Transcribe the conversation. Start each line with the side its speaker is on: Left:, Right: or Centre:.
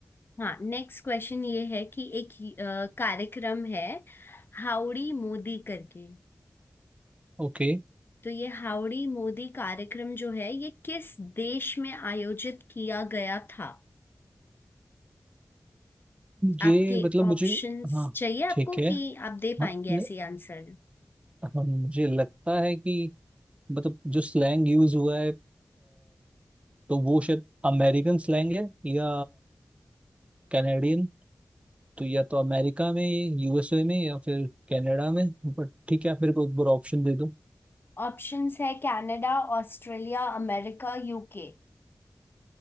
Left: हाँ नेक्स्ट क्वेश्चन ये है कि एक अ, कार्यक्रम है हाउडी मोदी करके
Right: ओके
Left: तो ये हाउडी मोदी कार्यक्रम जो है ये किस देश में आयोजित किया गया था आपके
Right: ये मतलब
Left: ऑप्शंस
Right: मुझे हाँ
Left: चाहिए आपको
Right: ठीक है
Left: कि आप
Right: हाँ,
Left: दे पाएंगे
Right: न,
Left: ऐसे आंसर
Right: हाँ मुझे लगता है कि मतलब जो स्लैंग यूज हुआ है अ, तो वो शायद अमेरिकन स्लैंग है या कैनेडियन तो या तो अमेरिका में यूएसए में या फिर कनाडा में बट ठीक है आप मेरे को एक बार ऑप्शन दे दो
Left: ऑप्शंस है कनाडा ऑस्ट्रेलिया अमेरिका यूके